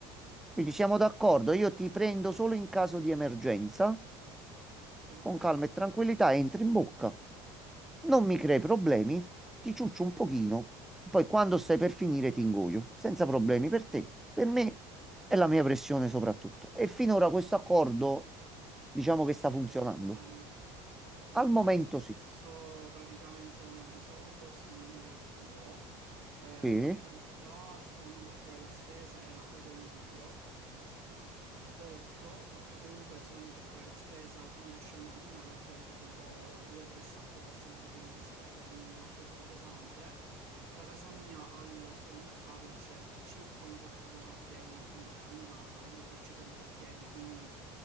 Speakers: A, in the centre; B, on the right (about 85°).
A: Quindi siamo d'accordo, io ti prendo solo in caso di emergenza,
B: Sì.
A: con calma e tranquillità, entri in bocca non mi crei problemi, ti ciuccio un pochino, poi quando stai per finire ti ingoio, senza problemi per te, per me e la mia pressione soprattutto. E finora questo accordo diciamo che sta funzionando.
B: È andata bene. No,
A: Al
B: A me
A: momento
B: è successo
A: sì,
B: praticamente un episodio simile al tuo. Eh,
A: sì,
B: qualche anno fa stavo andando a fare la spesa, era credo luglio, di botto, perché comunque sono andata a fare la spesa, ti lascio immaginare, ho preso tipo due o tre sacchi abbastanza pieni di spesa, quindi qualcosa di pesante. Da casa mia al supermercato c'è circa un quarto d'ora a piedi di camminata, io faccio sempre a piedi, quindi